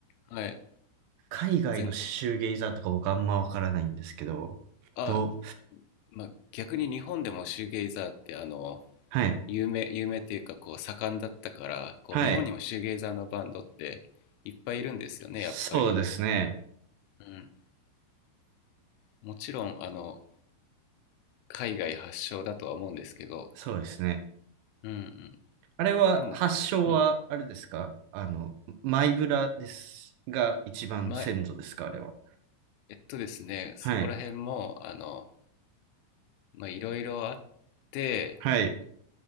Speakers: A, on the left (about 85°); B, on the right (about 80°).
A: はい。
B: 海外のシューゲイザーとか僕あんまわからないんですけど、
A: ぜんあ、
B: どう、
A: まあ、逆に日本でもシューゲイザーってあの、
B: はい、
A: 有名、有名っていうかこう盛んだったから、こう日本にもシューゲイザーのバンドっていっぱいいるんですよね、
B: はい、そうですね、
A: やっぱり。うん。もちろん、あの、海外発祥だとは思うんですけど、
B: そうですね。
A: うんうん、
B: あれは、
A: でも、
B: 発祥は、
A: うん、
B: あれですかあの、マイブラです、が一番先祖ですかあれは。
A: まえっとですね、そこら辺も、
B: はい、
A: あの、まあ、いろいろあって、
B: はい、